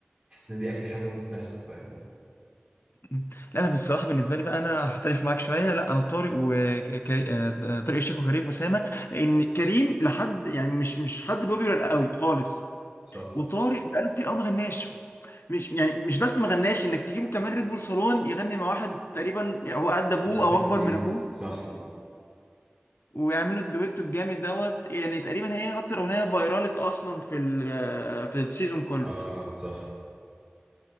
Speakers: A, on the right; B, on the left.
A: حاسس ان دي اخر حاجه ممكن تحصل فاهم
B: مم. لا انا بصراحه بالنسبه لي بقى انا هختلف معاك شويه لا انا طارق وطارق الشيخ وكريم اسامه لان كريم لحد يعني مش مش حد بوبيولار قوي خالص
A: صح
B: وطارق بقاله كتير قوي ما غناش مش يعني مش بس ما غناش انك تجيبه كمان ريد بول صالون يغني مع واحد تقريبا يعني هو قد ابوه
A: لسه
B: او
A: جديد
B: اكبر من ابوه
A: صح
B: ويعملوا الدويتو الجامد دوت يعني تقريبا هي اكتر اغنيه فايرالت اصلا في ال- في السيزون كله
A: اه صح